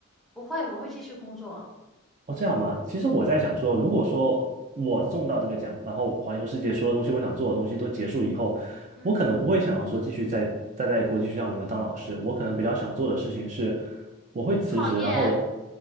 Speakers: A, in the centre; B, on the right (about 40°).
A: 不会，我会继续工作。
B: 哦，这样吗？其实我在想说，如果说我中到这个奖，然后环游世界所有东西我想做的东西都结束以后，
A: 嗯，
B: 我可能不会想要说继续在再在国际学校里面当老师，我可能比较想做的事情是，我会辞职，
A: 创业
B: 然后我